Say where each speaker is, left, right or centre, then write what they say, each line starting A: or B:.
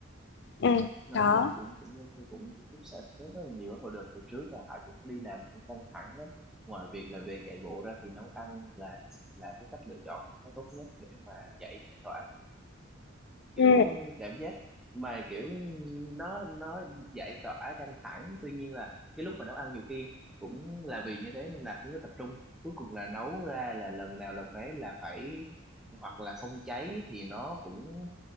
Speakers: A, on the left; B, in the centre.
A: ừ,
B: nấu
A: đó
B: nướng cũng cũng ok cũng, cũng giúp xả stress rất là nhiều á. hồi đợt hồi trước là Hải cũng đi làm cũng căng thẳng lắm ngoài việc là về chạy bộ ra thì nấu ăn là là cái cách lựa chọn nó tốt nhất để mà giải giải tỏa kiểu
A: Ừ.
B: cảm giác mà kiểu nó nó giải tỏa căng thẳng tuy nhiên là cái lúc mà nấu ăn nhiều khi cũng là vì như thế nên là không có tập trung cuối cùng là nấu ra là lần nào lần đấy là phải hoặc là không cháy thì nó cũng